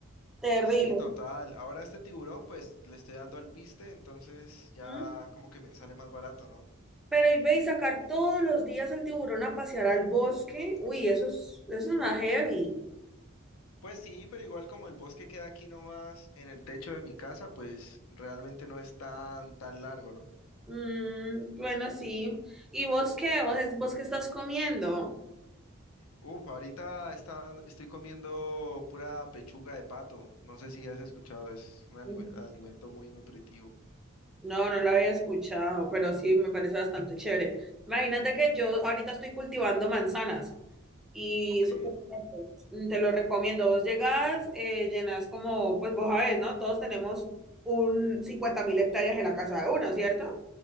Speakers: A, in the centre; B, on the left (about 85°).
A: Terrible.
B: Sí, total. Ahora este tiburón, pues le estoy dando al piste, entonces ya
A: ¿Mm?
B: como que me sale más barato, ¿no?
A: Pero y ve y sacar todos los días el tiburón a pasear al bosque. Uy, eso es, eso es una heavy.
B: Pues sí, pero igual como el bosque queda aquí nomás en el techo de mi casa, pues realmente no es tan, tan largo, ¿no?
A: Mm, bueno, sí. ¿Y vos qué? ¿Vos, vos qué estás comiendo?
B: Uf, ahorita está, estoy comiendo pura pechuga de pato. No sé si has escuchado, es un anime-
A: Mm,
B: alimento muy nutritivo.
A: No, no lo había escuchado, pero sí me parece bastante chévere. Imagínate que yo ahorita estoy cultivando manzanas y
B: Ok,
A: es súper rico. Mm, te lo recomiendo. Vos llegás, eh, llenas como, pues vos sabés, ¿no? Todos tenemos un cincuenta mil hectáreas en la casa de uno, ¿cierto?